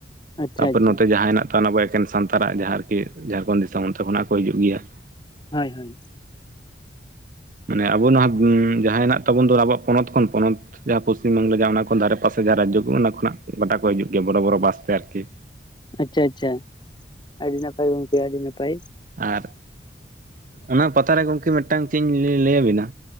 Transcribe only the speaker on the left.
ᱟᱪᱪᱷᱟ
ᱟᱪᱪᱷᱟ
ᱦᱳᱭ ᱦᱳᱭ ᱾
ᱟᱪᱪᱷᱟ ᱟᱪᱪᱷᱟ ᱾ ᱟᱹᱰᱤ ᱱᱟᱯᱟᱭ ᱜᱚᱝᱠᱮ ᱟᱹᱰᱤ ᱱᱟᱯᱟᱭ ᱾